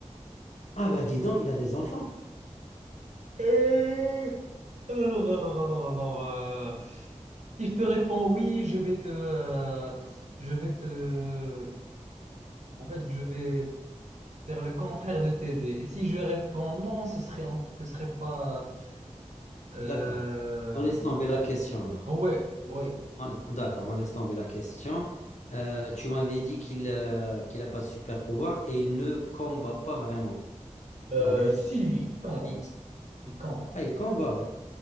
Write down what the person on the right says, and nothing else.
Euh, Alors, alors, alors, alors... euh, Si je te réponds oui, je vais te... euh, Je vais te... En fait, je vais... faire le contraire de t'aider. Et si je réponds non, ce serait, en- ce serait pas. Euh...
Ouais, oui.
Euh,
si,
il combat.
Il combat.